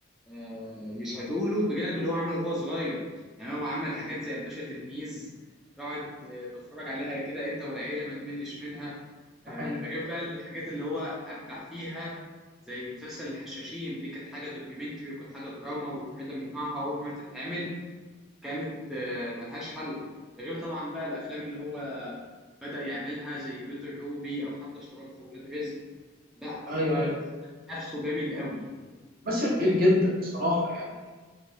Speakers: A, in the centre; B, on the right.
A: آه، يشهدوا له بجانب اللي هو عمله وهو صغير يعني هو عمل حاجات زي الباشا تلميذ تقعد آه، تتفرج عليها كده انت والعيله ما تملش منها آه،
B: ده حقيقي
A: ده غير بقى الحاجات اللي هو ابدع فيها زي مسلسل الحشاشين دي كانت حاجه دوكيومنتري وكانت حاجه دراما وفريده من نوعها اول مره تتعمل كانت آه، ملهاش حل ده غير طبعا بقى الافلام اللي هو بدأ يعملها زي بيتر روبي او حتى اشتراكه في ولاد رزق لا س-
B: ايوه ايوه
A: نفسه جامد قوي
B: مثل تقيل جدا الصراحه يعني